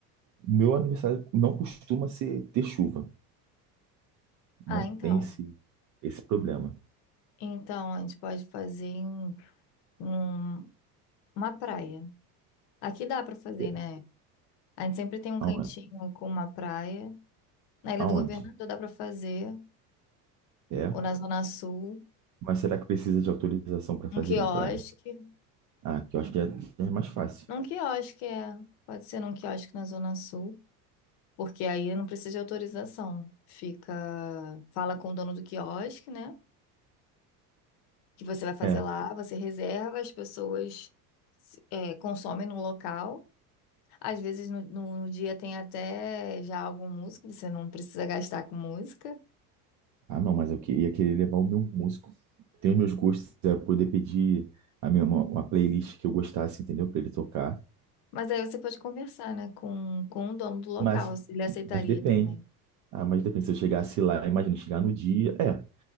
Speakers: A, on the right; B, on the left.
A: Meu aniversário não costuma ser, ter chuva. Não
B: Ah, então.
A: tem esse, esse problema.
B: Então, a gente pode fazer em um, Uma praia. Aqui dá pra fazer,
A: É.
B: né? A gente sempre tem um
A: Aon-
B: cantinho com uma praia. Na Ilha
A: Aonde?
B: do Governador dá pra fazer,
A: É.
B: ou na Zona Sul,
A: Mas será que precisa de autorização para fazer
B: um quiosque.
A: na praia? Ah, que eu acho que é, é mais fácil.
B: Num quiosque é, pode ser num quiosque na Zona Sul, porque aí não precisa de autorização. Fica, fala com o dono do quiosque, né? Que você vai fazer
A: É.
B: lá, você reserva, as pessoas se- é, consomem no local. Às vezes no, no no dia tem até já algum músico, você não precisa gastar com música.
A: Ah, não, mas eu que- ia querer levar o meu músico. Tem os meus gostos, é poder pedir a minha, uma, uma playlist que eu gostasse, entendeu? Para ele tocar.
B: Mas aí você pode conversar, né, com, com o dono do local,
A: Mas,
B: se ele aceitaria
A: mas depende.
B: também.
A: Ah, mas depende. Se eu chegasse lá, imagina chegar no dia. É.